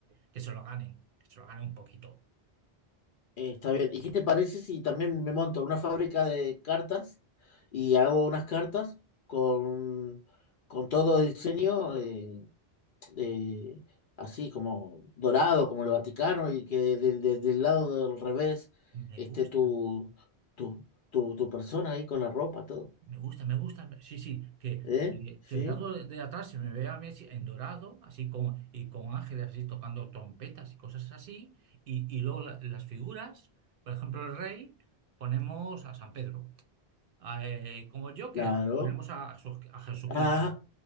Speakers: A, on the right (about 65°); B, on the left (about 60°).
A: que, que se lo ganen, que se lo ganen un poquito.
B: Eh, está bien. ¿Y qué te parece si también me monto una fábrica de cartas y hago unas cartas con, con todo el diseño eh, de- así como dorado, como el Vaticano, y que de- de- de- del lado del revés
A: Me
B: esté
A: gusta.
B: tu, tu, tu, tu persona ahí con la ropa, todo?
A: Me gusta, me gusta. Sí, sí, que,
B: ¿Eh?
A: que
B: ¿Sí?
A: el lado de atrás se me vea a Messi en dorado, así con, y con ángeles así tocando trompetas y cosas así. Y, y luego la- las figuras, por ejemplo, el rey, ponemos a San Pedro. A, eh, como Joker,
B: Claro.
A: ponemos a, Jesús- a Jesucristo.
B: Ah,